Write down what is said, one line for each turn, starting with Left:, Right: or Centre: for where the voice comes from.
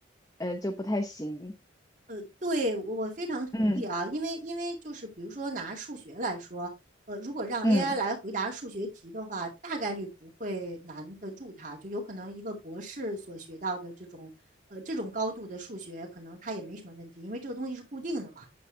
Left: 呃，就不太行。
Right: 呃，对，我我非常同意啊，
Left: 嗯
Right: 因为因为就是比如说拿数学来说，呃，如果让
Left: 嗯
Right: AI 来回答数学题的话，大概率不会难得住它，就有可能一个博士所学到的这种呃这种高度的数学，可能它也没什么问题，因为这个东西是固定的嘛，